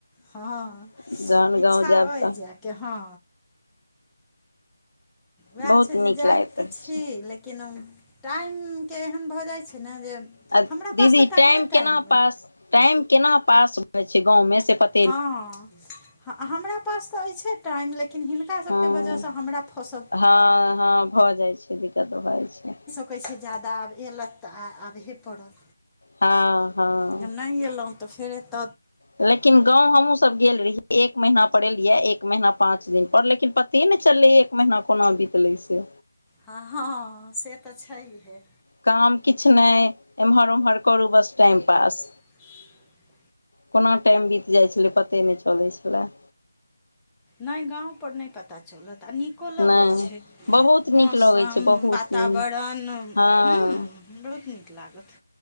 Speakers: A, in the centre; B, on the left (about 65°).
A: हँ
B: जहन
A: इच्छा
B: गाँव जायब
A: अइ
B: तऽ
A: जायके हँ वैह
B: बहुत
A: छै
B: नीक
A: जे जाइत
B: लागैत
A: तऽ
B: रहै
A: छी
B: छै
A: लेकिन टाइम केँ एहन भऽ जाइत छै ने जे
B: अ
A: हमरा
B: दीदी
A: पास तऽ टाइमे
B: टाइम केना
A: अइ
B: पास टाइम केना पास होइ छै गाँव में से पता
A: हँ हमरा पास तऽ अइछे टाइम लेकिन हिनका सभ
B: हँ
A: केँ वजह स हमरा फस
B: हँ हँ भऽ जाइ छै दिक्कत भऽ जाइ छै।
A: कहै छै जादा आब <unintelligible> तऽ आबहे पड़त
B: हँ हँ
A: जब नै एलू तऽ फेर एत
B: लेकिन गाँव हमहुँ सब गेल रहियै एक महीना पर एलियै एक महीना पाँच दिन पर लेकिन प ते नै चललै एक महीना कोना बितले से।
A: ह <unintelligible> से तऽ छैहिए
B: काम किछ नै एम्हर ओम्हर करू बस टाइम पास।
A: <unintelligible>
B: कोना टाइम बीत जाइत छलय पते नै चलै छलै।
A: नै गाँव पर नै पता चलत आ नीक नीको लगै
B: नहि
A: छै <inaudible>
B: बहुत
A: मौसम
B: नीक लगै छै बहुत
A: वातावरण
B: नीक
A: हु
B: हँ
A: बहुत नीक लागत।